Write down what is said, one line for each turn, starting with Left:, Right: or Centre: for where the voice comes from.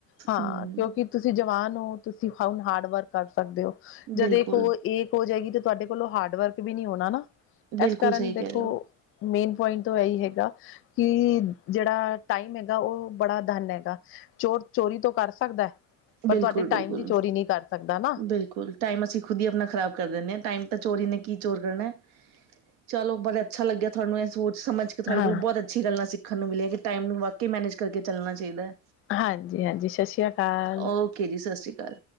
Left: ਹਾਂ
Right: ਹੂੰ
Left: ਕਿਉਂਕਿ, ਤੁਸੀਂ ਜਵਾਨ ਓ ਤੁਸੀਂ ਹੁਣ ਹਾਰਡ ਵਰਕ ਕਰ ਸਕਦੇ ਹੋ, ਜਦੇ
Right: ਬਿਲਕੁਲ
Left: ਕੋ ਇਕ ਹੋ ਜਾਏਗੀ। ਤੁਹਾਡੇ ਕੋਲ ਹਾਰਡ ਵਰਕ ਵੀ ਨੀ ਹੋਣਾ ਨਾ।
Right: ਬਿਲਕੁਲ
Left: ਇਸ ਕਾਰਨ
Right: ਸਹੀ
Left: ਦੇਖੋ
Right: ਕਹਿ ਰਹੇ ਹੋ
Left: ਮੇਨ ਪੁਆਇੰਟ ਤੋਂ ਇਹੀ ਹੈਗਾ। ਕਿ ਜਿਹੜਾ ਟਾਈਮ ਹੈਗਾ। ਉਹ ਬੜਾ ਧਨ ਹੈਗਾ। ਚੋਰ ਚੋਰੀ ਤੋਂ ਕਰ ਸਕਦਾ। ਪਰ
Right: ਬਿਲਕੁਲ
Left: ਤੁਹਾਡੇ
Right: ਬਿਲਕੁਲ
Left: ਟਾਈਮ ਦੀ ਚੋਰੀ ਨਹੀਂ ਕਰ ਸਕਦਾ ਨਾ।
Right: ਬਿਲਕੁਲ ਟਾਈਮ ਅਸੀਂ ਖੁਦ ਹੀ ਆਪਣਾ ਖਰਾਬ ਕਰ ਦਿੰਦੇ ਆਂ। ਟਾਈਮ <unintelligible> ਸਮਝ ਕੇ ਤੁਹਾਡੇ
Left: ਹਾਂ।
Right: ਕੋਲੋਂ ਬਹੁਤ ਅੱਛੀ ਗੱਲਾਂ ਸਿੱਖਣ ਨੂੰ ਮਿਲੀਆਂ ਕਿ ਟਾਈਮ ਨੂੰ ਵਾਕੇ ਹੀ ਮੈਨੇਜ ਕਰਕੇ ਚਲਣਾ ਚਾਹੀਦਾ।
Left: ਹਾਂਜੀ ਹਾਂਜੀ। ਸਤਿ ਸ੍ਰੀ ਅਕਾਲ
Right: ਓਕੇ ਜੀ। ਸਤਿ ਸ੍ਰੀ ਅਕਾਲ